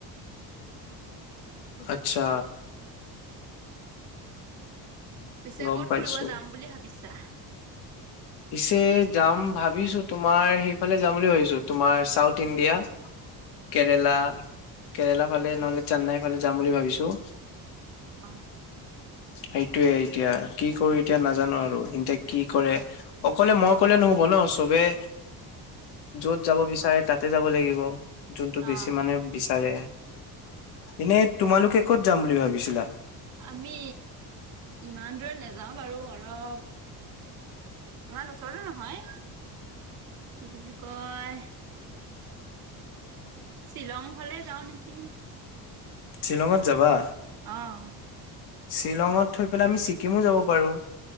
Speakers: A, on the left (about 75°); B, on the right (about 65°).
A: আচ্ছা।
B: পিছে
A: গম
B: ক'ত
A: পাইছো।
B: ফুৰিব যাম বুলি ভাবিছা?
A: পিছে যাম ভাবিছো তোমাৰ সেইফালে যাম বুলি ভাবিছো তোমাৰ চাউথ ইণ্ডিয়া।
B: <inaudible>
A: কেৰেলা কেৰেলা ফালে নহ'লে চেন্নাইৰ ফালে যাম বুলি ভাবিছো।
B: অ'।
A: সেইটোয়ে এতিয়া কি কৰো এতিয়া নাজানো আৰু এতিয়া কি কৰে। অকলে মই কলে নহ'ব ন চবে য'ত যাব বিচাৰে তাতে যাব লাগিব। যোনটো বেছি
B: অ',
A: মানে বিচাৰে এনে তোমালোকে কত যাম বুলি ভাবিছিলা?
B: আমি ইমান দূৰে নাযাওঁ বাৰু অলপ ইমান ওচৰতো নহয় কি বুলি কয় শ্বিলং ফালে যাওঁ নেকি।
A: শ্বিলঙত যাবা?
B: অ'।
A: শ্বিলঙত থৈ পেলাই আমি ছিকিমো যাব পাৰো